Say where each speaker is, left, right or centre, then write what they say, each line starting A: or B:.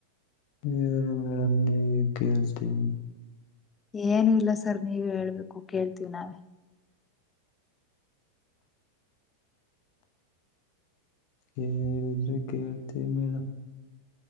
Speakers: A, on the left; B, on the left.
A: ಹೇಡಮ ನೀ ಕೇಳ್ಸತೀನಿ
B: ಏನು ಇಲ್ಲ ಸರ್ ನೀವ ಹೇಳ್ಬೇಕು ಕೇಳ್ತೀವಿ ನಾವೇ
A: ಹೇಳಿದೆ ಕೇಳ್ತೇ ಮೇಡ